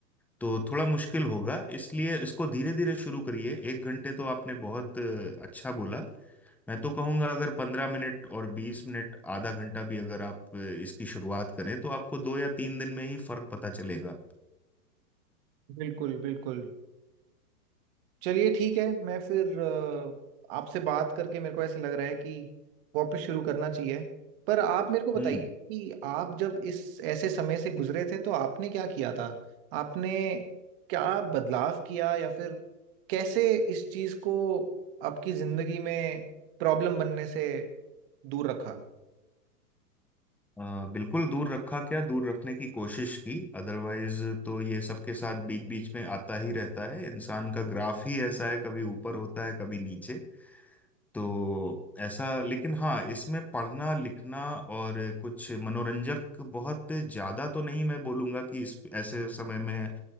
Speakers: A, in the centre; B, on the right.
A: तो थोड़ा मुश्किल होगा इसलिए इसको धीरे धीरे शुरू करिए एक घंटे तो आपने बहुत अ, अच्छा बोला मैं तो कहूंगा अगर पंद्रह मिनट और बीस मिनट आधा घंटा भी अगर आप अ, इसकी शुरुआत करें तो आपको दो या तीन दिन में ही फर्क पता चलेगा
B: बिल्कुल बिल्कुल चलिए ठीक है मैं फिर अ, आपसे बात करके मेरे को ऐसे लग रहा है कि वापस शुरू करना चाहिए पर आप मेरे को बताइए
A: हम्म
B: कि आप जब इस ऐसे समय से गुजरे थे तो आपने क्या किया था आपने क्या बदलाव किया या फिर कैसे इस चीज को आपकी जिंदगी में प्रॉब्लम बनने से दूर रखा
A: अ, बिल्कुल दूर रखा क्या दूर रखने की कोशिश की अदरवाइज तो ये सबके साथ बीच बीच में आता ही रहता है इंसान का ग्राफ ही ऐसा है कभी ऊपर होता है कभी नीचे तो ऐसा लेकिन हाँ इसमें पढ़ना लिखना और कुछ मनोरंजक बहुत ज्यादा तो नहीं मैं बोलूंगा कि इस ऐसे समय में